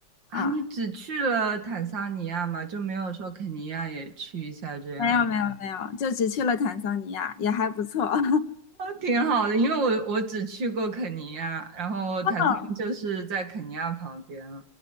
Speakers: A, on the right; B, on the left.
A: 啊，
B: 啊，
A: 你只去了坦桑尼亚吗？就没有说肯尼亚也去一下这样？
B: 没有没有没有，就只去了坦桑尼亚，也还不错。<laughs>
A: 啊，挺好的，因为我我只去过肯尼亚，然后坦桑就是在肯尼亚旁边。
B: 哦，